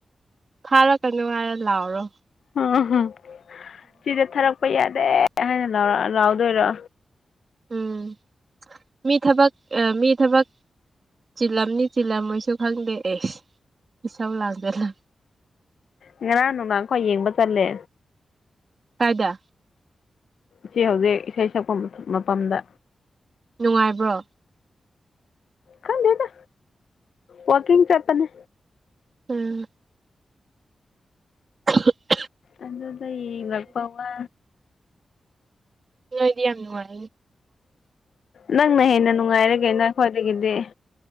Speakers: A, on the right; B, on the left.
A: ꯊꯥꯔꯛꯀꯅꯨ ꯍꯥꯏꯔ ꯂꯥꯎꯑꯣꯔꯣ
B: ꯎꯝ ꯎꯝ ꯁꯤꯗ ꯊꯥꯔꯛꯄ ꯌꯥꯗꯦ ꯍꯥꯏꯅꯔ ꯂꯥꯎꯗꯣꯏꯔꯣ
A: ꯎꯝ ꯃꯤ ꯊꯕꯛ ꯑ ꯃꯤ ꯊꯕꯛ ꯆꯤꯜꯂꯝꯅꯤ ꯆꯤꯜꯂꯝꯣꯏꯁꯨ ꯈꯪꯗꯦ ꯑꯦꯁ ꯏꯁꯆꯥꯎ ꯂꯥꯡꯗ ꯂ
B: ꯉꯔꯥꯡ ꯅꯨꯡꯗꯥꯡꯈꯋꯥ ꯌꯦꯡꯕ ꯆꯠꯂꯦ
A: ꯀꯥꯏꯗ
B: ꯁꯤ ꯍꯧꯖꯤꯛ ꯏꯁꯩ ꯁꯛꯄ ꯃꯇꯝꯗ
A: ꯅꯨꯡꯉꯥꯏꯕ꯭ꯔꯣ
B: ꯈꯪꯗꯗ ꯋꯥꯀꯤꯡ ꯆꯄꯅꯦ
A: ꯎꯝ ꯑ
B: ꯑꯗꯨꯗꯗ ꯏ ꯂꯄꯋꯥ
A: ꯅꯨꯡꯉꯣꯏꯗꯤ ꯌꯥꯝ ꯅꯨꯡꯉꯥꯏ
B: ꯅꯪꯅ ꯍꯦꯟꯅ ꯅꯨꯡꯉꯥꯏꯔꯒꯦ ꯅ ꯈꯈꯋꯥꯗꯒꯤꯗꯤ